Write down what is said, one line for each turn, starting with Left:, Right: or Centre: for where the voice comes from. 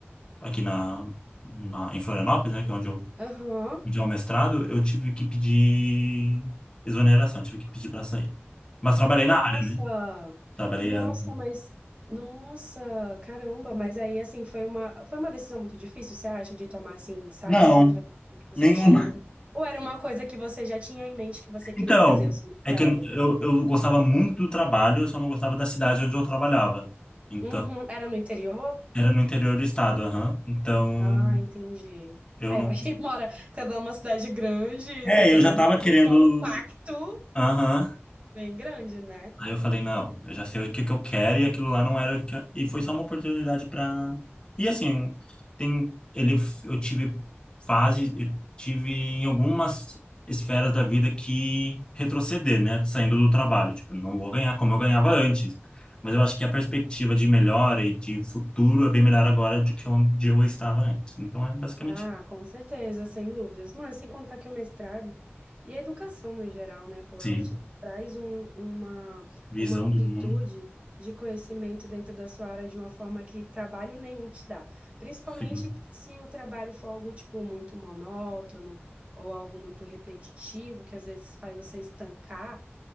Left: aqui na, na em Florianópolis, né, que é onde eu
Right: Aham.
Left: onde é o mestrado, eu tive que pedir exoneração, eu tive que pedir para sair. Mas trabalhei
Right: Nossa,
Left: na área, trabalhei
Right: nossa,
Left: ano.
Right: mas nossa, caramba, mas aí assim foi uma foi uma decisão muito difícil, você acha, de tomar assim, sair
Left: Não,
Right: de um trabalho que você
Left: nenhuma.
Right: tinha,
Left: <laughs>
Right: ou era uma coisa que você já tinha em mente que você queria
Left: Então,
Right: fazer o seu mestrado?
Left: é que eu, eu gostava muito do trabalho, eu só não gostava da cidade onde eu trabalhava. Então,
Right: Uhum, era no interior?
Left: era no interior do estado, aham. Então,
Right: Ah, entendi.
Left: eu
Right: É,
Left: não
Right: para quem <laughs> mora cada uma cidade grande,
Left: É,
Right: pro interior
Left: eu já tava
Right: realmente
Left: querendo.
Right: é um impacto
Left: Aham.
Right: bem grande, né?
Left: Aí eu falei, não, eu já sei o que que eu quero e aquilo lá não era o que... eu- E foi só uma oportunidade para E assim, tem ele eu tive fase, eu tive em algumas esferas da vida que retroceder, né, saindo do trabalho, tipo, não vou ganhar como eu ganhava antes. Mas eu acho que a perspectiva de melhora e de futuro é bem melhor agora do que onde eu estava antes. Então é basicamente
Right: Ah,
Left: isso.
Right: com certeza, sem dúvidas. Mano, sem contar que o mestrado e a educação no geral, né, pô,
Left: Sim,
Right: ela te traz um- uma,
Left: visão
Right: uma amplitude
Left: do mundo.
Right: de conhecimento dentro da sua área de uma forma que trabalho nenhum te dá. Principalmente
Left: Sim.
Right: se o trabalho for algo, tipo, muito monótono ou algo muito repetitivo, que às vezes faz você estancar